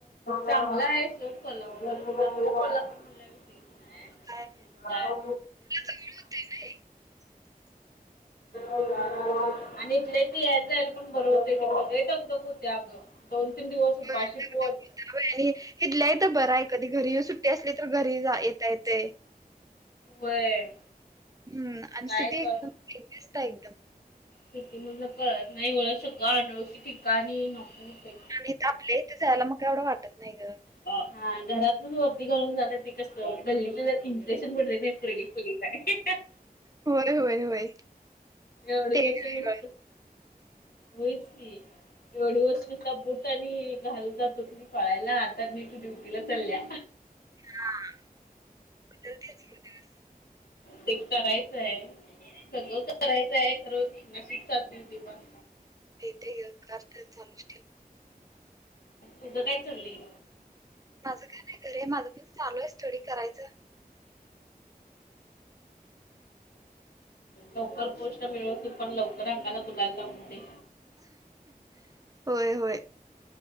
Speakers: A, on the left; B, on the right.
A: चांगल हाय सोड कोल्हापूर, कोल्हापूर म्हणल्याव विषयीच नाय
B: काय
A: व्हय.
B: सगळ होते ना हे. <unintelligible>
A: आणि इथल्या इथं यायला जायला पण बरं होतय नाहीतर लई दगदग होत्या अगं. दोन तीन दिवस उपाशी
B: होय दगदग
A: पोट
B: <inaudible> आणि हिथल्या हितं बर हाय कधी घरी सुट्टी असली तर घरी येता येतय.
A: व्हय
B: हम्म आणि
A: काय
B: सिटी
A: कळ
B: एकदम जास्त हाय एकदम
A: सिटी मधलं कळत नाही सगळं अनोळखी ठिकाणी नको हुतंय.
B: आणि इथं आपल्या इथं जायला मग काय एवढं वाटत नाही गं.
A: हा घरातनच वर्दी घालून जाणं ते कस गल्ली इम इंप्रेशन पडतंय नाही पुरगी पोलीस हाय
B: होय होय होय
A: एवढी
B: ते एक
A: वर्ष नुसतं होय च की एवढी वर्ष नुसतं बूट आणि घालू जात होती पळायला आता मी ड्युटीला चालल्या.
B: हा. <inaudible>
A: ते करायचं हाय सगळं करायचं हाय खरं नशीब साथ देऊ दे बास.
B: देते ग <unintelligible> चालूच ठेव
A: तुझं काय चालय?
B: माझं काय नाही घरी आहे माझं पण चालू आहे स्टडी करायचं.
A: लवकर पोस्ट मिळव तू पण लवकर अंगाला गुलाल लावून दे.
B: होय होय.